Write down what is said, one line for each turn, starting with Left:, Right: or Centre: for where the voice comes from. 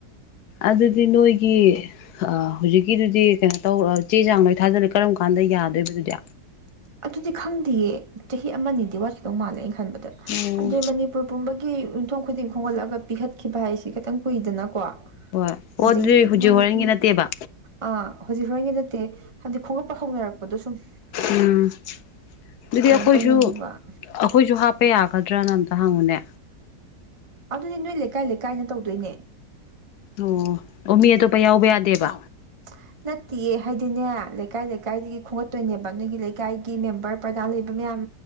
Left: ꯑꯗꯨꯗꯤ ꯅꯣꯏꯒꯤ ꯍꯧꯖꯤꯛꯀꯤꯗꯨꯗꯤ ꯀꯩꯅꯣ ꯇꯧꯔ ꯆꯦ ꯆꯥꯡ ꯂꯣꯏ ꯊꯥꯖꯜꯂꯦ ꯀꯔꯝ ꯀꯥꯟꯗ ꯌꯥꯗꯣꯏꯕꯗꯨꯗꯤ
Right: ꯑꯗꯨꯗꯤ ꯈꯪꯗꯦꯌꯦ ꯆꯍꯤ ꯑꯃꯅꯤꯗꯤ ꯋꯥꯠꯈꯤꯇꯧ ꯃꯥꯜꯂꯦ ꯑꯩꯅ ꯈꯟꯕꯗ
Left: ꯎꯝ
Right: ꯍꯥꯏꯕꯗꯤ ꯃꯅꯤꯄꯨꯔ ꯄꯨꯝꯕꯒꯤ ꯌꯨꯝꯊꯣꯡ ꯈꯨꯗꯤꯡ ꯈꯣꯝꯒꯠꯂꯒ ꯄꯤꯈꯠꯈꯤꯕ ꯍꯥꯏꯁꯤ ꯈꯤꯇꯪ ꯀꯨꯏꯗꯅꯀꯣ
Left: ꯍꯣꯏ ꯑꯣ
Right: ꯑꯗꯒꯤ
Left: ꯑꯗꯨꯗꯤ ꯍꯧꯖꯤꯛ
Right: ꯃꯣꯏꯒꯤ
Left: ꯍꯣꯔꯦꯟꯒꯤ ꯅꯠꯇꯦꯕ
Right: ꯑꯥ ꯍꯧꯖꯤꯛ ꯍꯣꯔꯦꯟꯒꯤ ꯅꯠꯇꯦ ꯍꯥꯏꯗꯤ ꯈꯣꯡꯂꯞꯄ ꯍꯧꯅꯔꯛꯄꯗꯣ ꯁꯨꯝ
Left: ꯎꯝ ꯑꯗꯨꯗꯤ
Right: ꯀꯩꯅꯣ
Left: ꯑꯩꯈꯣꯏꯁꯨ
Right: ꯇꯧꯅꯤꯡꯕ
Left: ꯑꯩꯈꯣꯏꯁꯨ ꯍꯥꯞꯄ ꯌꯥꯒꯗ꯭ꯔꯅ ꯑꯝꯇ ꯍꯪꯉꯨꯅꯦ
Right: ꯑꯗꯨꯗꯤ ꯅꯣꯏ ꯂꯩꯀꯥꯏ ꯂꯩꯀꯥꯏꯅ ꯇꯧꯗꯣꯏꯅꯦ
Left: ꯑꯣ ꯑꯣ ꯃꯤ ꯑꯇꯣꯞꯄ ꯌꯥꯎꯕ ꯌꯥꯗꯦꯕ
Right: <inaudible> ꯅꯠꯇꯦꯌꯦ ꯍꯥꯏꯗꯤꯅꯦ ꯂꯩꯀꯥꯏ ꯂꯩꯀꯥꯏꯗꯒꯤ ꯈꯣꯡꯒꯠꯇꯣꯏꯅꯦꯕ ꯅꯣꯏꯒꯤ ꯂꯩꯀꯥꯏꯒꯤ ꯃꯦꯝꯕꯔ ꯄ꯭ꯔꯗꯥꯟ ꯂꯩꯕ ꯃꯌꯥꯝ